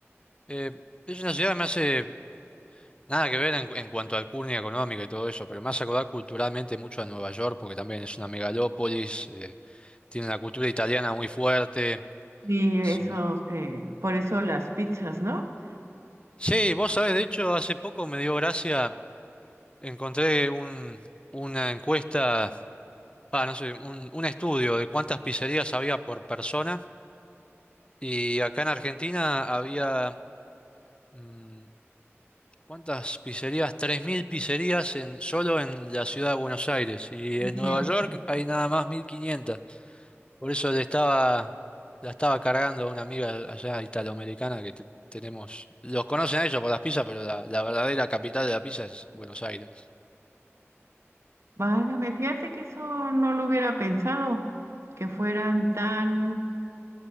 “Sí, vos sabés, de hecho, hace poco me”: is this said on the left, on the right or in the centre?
Left